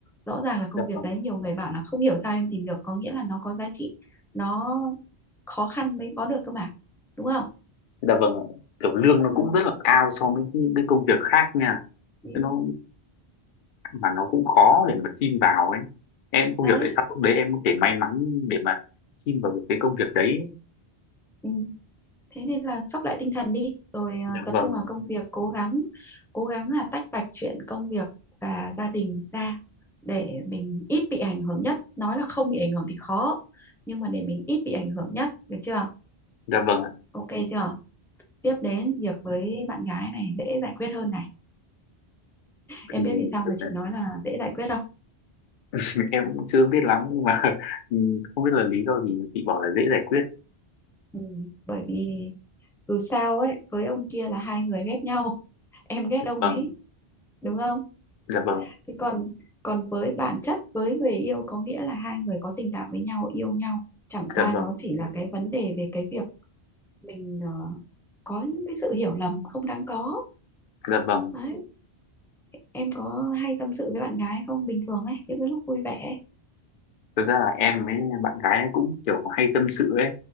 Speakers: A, in the centre; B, on the left.
A: rõ ràng là công
B: dạ
A: việc
B: vâng
A: đấy nhiều người bảo là không hiểu sao em tìm được có nghĩa là nó có giá trị nó khó khăn mới có được cơ mà đúng không
B: dạ vâng ạ. kiểu lương nó
A: ừ.
B: cũng rất là cao so với những cái công việc khác nha
A: Ừ.
B: Thế nó mà nó cũng khó để mà xin vào ấy em không
A: đấy
B: hiểu tại sao lúc đấy em có thể may mắn để mà xin vào được cái công việc đấy
A: ừ. thế nên là sóc lại tinh thần đi rồi à,
B: dạ
A: tập
B: vâng
A: trung vào công việc cố gắng cố gắng là tách bạch chuyện công việc và gia đình ra để mình ít bị ảnh hưởng nhất nói là không bị ảnh hưởng thì khó nhưng mà để mình ít bị ảnh hưởng nhất được chưa
B: dạ vâng ạ
A: ok chưa tiếp đến việc với bạn gái này dễ giải quyết hơn này em
B: thì
A: biết vì sao
B: thật
A: mà chị
B: ra
A: nói là dễ giải quyết không
B: <laughs> em cũng chưa biết lắm nhưng mà <laughs> ừ, không biết là lý do gì mà chị bảo là dễ giải quyết
A: ừ, bởi vì dù sao ấy với ông kia là hai người ghét nhau <laughs> em ghét
B: dạ
A: ông
B: vâng
A: ấy đúng không
B: dạ vâng
A: thế còn còn với bản chất với người yêu có nghĩa là hai người có tình cảm với nhau yêu nhau chẳng qua
B: dạ vâng
A: nó chỉ là cái vấn đề về cái việc mình ờ, có những cái sự hiểu lầm không đáng có
B: dạ vâng
A: đấy em có hay tâm sự với bạn gái không bình thường ấy những cái lúc vui vẻ
B: thực ra là em với bạn gái ấy cũng kiểu hay tâm sự ấy